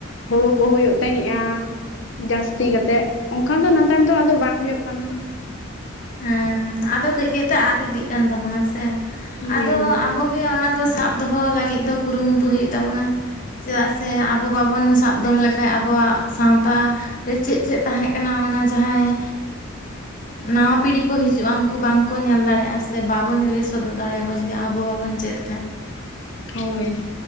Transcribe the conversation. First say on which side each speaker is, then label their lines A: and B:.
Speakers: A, on the left; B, on the left.
A: ᱦᱩᱲᱩ ᱠᱚ ᱦᱩᱭᱩᱜ ᱛᱟᱦᱮᱸᱫ-ᱟ ᱡᱟᱹᱥᱛᱤ ᱠᱟᱛᱮᱜ ᱚᱱᱠᱟ ᱫᱚ ᱱᱮᱛᱟᱨ ᱫᱚ ᱟᱫᱚ ᱵᱟᱝ ᱦᱳᱭᱳᱜ ᱠᱟᱱᱟ
B: ᱦᱮᱸ ᱟᱫᱚ ᱠᱟᱹᱡ ᱠᱟᱹᱡ ᱛᱮ ᱟᱫ ᱤᱫᱤᱜ ᱠᱟᱱ ᱛᱟᱵᱚᱱᱟ ᱥᱮ
A: ᱦᱩᱸ
B: ᱟᱫᱚ ᱟᱵᱚ ᱚᱱᱟ ᱫᱚ ᱥᱟᱵ ᱫᱚᱦᱚ ᱞᱟᱹᱜᱤᱫ ᱫᱚ ᱠᱩᱨᱩᱢᱩᱴᱩ ᱦᱩᱭᱩᱜ ᱛᱟᱵᱚᱱᱟ ᱪᱮᱫᱟᱜ ᱥᱮ ᱟᱵᱚ ᱵᱟᱵᱚᱱ ᱥᱟᱵ ᱫᱚᱦᱚ ᱞᱮᱠᱟᱱ ᱟᱵᱚᱣᱟᱜ ᱥᱟᱶᱛᱟ ᱪᱮᱫ ᱪᱮᱫ ᱛᱟᱦᱮᱸ ᱠᱟᱱᱟ ᱚᱱᱟ ᱡᱟᱦᱟᱸᱭ ᱱᱟᱣᱟ ᱯᱤᱲᱦᱤ ᱠᱚ ᱦᱤᱡᱩᱜ-ᱟ ᱩᱱᱠᱩ ᱵᱟᱝᱠᱚ ᱧᱮᱞ ᱫᱟᱲᱮᱭᱟᱜᱼᱟ ᱥᱮ ᱵᱟᱵᱚᱱ ᱞᱟᱹᱭ ᱥᱚᱫᱚᱨ ᱫᱟᱲᱮᱭᱟ ᱠᱚᱣᱟ ᱡᱩᱫᱤ ᱟᱵᱚ ᱵᱟᱵᱚᱱ ᱪᱮᱫ ᱠᱷᱟᱡ
A: ᱦᱳᱭ